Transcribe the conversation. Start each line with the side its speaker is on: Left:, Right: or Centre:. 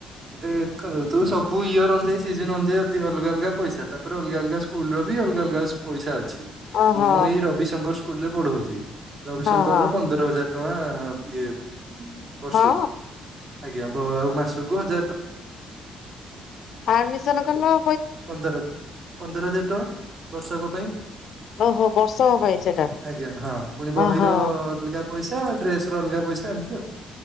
Right: ଦେଖନ୍ତୁ ସବୁ ଇଅର ଅନୁଯାୟୀ ସିଜନ ଅନୁଯାୟୀ ଅତି ଅଲଗ ଅଲଗା ପଇସା ତାପରେ ଅଲଗା ଅଲଗା ସ୍କୁଲର ବି ଅଲଗା ଅଲଗା ପଇସା ଅଛି।
Left: ଓହୋ
Right: ମୁଁ ଏଇ ରବିଶଙ୍କର ସ୍କୁଲରେ ପଢଉଚି ରବିଶଙ୍କର
Left: ହଁ ହଁ
Right: ପନ୍ଦର ହଜାର ଟଙ୍କା। ଇଏ ବର୍ଷକୁ
Left: ହଁ।
Right: ଆଜ୍ଞା ବ ଆଉ ମାସକୁ ହଜାର ଟ
Left: ଆଡ଼ମିଶନ କଲେ।
Right: ପନ୍ଦର ହଜା ପନ୍ଦର ହଜାର ଟଙ୍କା ବର୍ଷକ ପାଇଁ।
Left: ଓହୋ ବର୍ଷକ ପାଇଁ ସେଟା
Right: ଆଜ୍ଞା ହଁ, ପୁଣି ବହିର
Left: ଓହୋ
Right: ଅଲଗା ପଇସା ଡ୍ରେସ ର ଅଲଗା ପଇସା ଏମତି ଆଉ